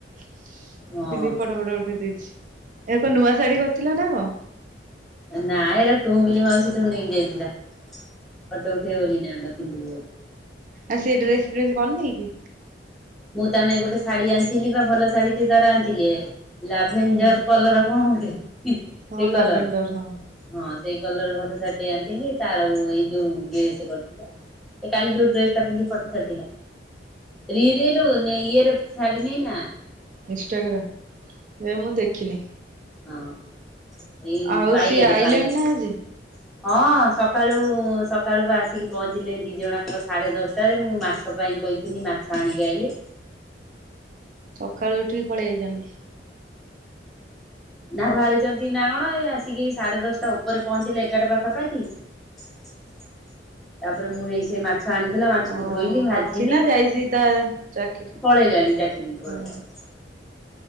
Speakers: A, on the right; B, in the centre.
A: ପିନ୍ଧି
B: ହଁ
A: ଫଟୋ ଫଟ ଉଠେଇ ଦେଇଛି। ଏକ ଏକ ନୂଆ ଶାଢୀ କରିଥିଲ ନା କଣ?
B: ନା ଏରା ଟୁଙ୍କିଲି ମାଉସିଠୁ ନେଇକି ଯାଇଥିଲା। ଫଟୋ ଉଠେଇବା ବୋଲି ନା କଣ ପିନ୍ଧିବ ବୋଲି।
A: ଆଉ ସେ ଡ୍ରେସ ଫ୍ରେସ କରି ନେଇକି?
B: ମୁଁ ତା ନାଇଁ ଗୋଟେ ଶାଢୀ ଆଣିଥିଲି ବା ଭଲ ଶାଢୀ ଟ ତାର ଆଣିଥିଲି ଲାଭେଞଜର
A: ହୁଁ
B: କଲର କଣ ଗୋଟେ
A: ହଁ
B: ସେଇ କଲର
A: ଲାଭେଣ୍ଡର ହଁ
B: ହଁ ସେଇ କଲର ଭଲ। ଆଣିଥିଲି ତାର ଏଇ ଯୋଉ ଡ୍ରେସ କରିଥିଲା କାଲି ଯୋଉ ଡ୍ରେସ ଟା ପିନ୍ଧି ଫଟୋ ଛାଡ଼ିଥିଲା ଲିଲୁ ନେ ଇଏରେ ଶାଢ଼ୀ ନେଇନା?
A: ଇନ୍ଷ୍ଟାଗ୍ରାମ ଏଇ ମୁ ଦେଖିନୀ
B: ହଁ। ଏଇ
A: ଆଉ
B: ପାଇଆରେ
A: ସିଏ ଆଇଲେଣି
B: ପାଇଆରେ
A: ନା ଆଜି?
B: ହଁ ସକାଳୁ ମୁଁ ସକାଳୁକୁ ଆସିକି ପହଞ୍ଚିଲି ଦି ଜଣଙ୍କ ସାଢେ ଦଶଟାରେ ମୁଁ ମାଛ ପାଇଁ କହିଥିଲି ମାଛ ଆଣିକି ଆଇଲି
A: ସକାଳୁ ଉଠିକି ପଳେଇ ଯାଇଛନ୍ତି।
B: ନା ବାହାରିଛନ୍ତି ନାକଣ ଏ ଆସିକି ସାଢେ ଦଶଟା ଉପରେ ପହଞ୍ଚିଲେ ଏଗାରଟା ପାଖାପାଖି ତାପରେ ମୁଁ ହେଇ ସେ ମା ମାଛ ଆଣିଥିଲା ମାଛକୁ
A: ଓ
B: ଧୋଇଲି ଭାଜିଲି
A: ଅଛି ନା ଯାଇଛି ତା ଚାକିରି
B: ପଳେଇଲାଣି ଚାକିରି ପଳେଇଲାଣି
A: ହଁ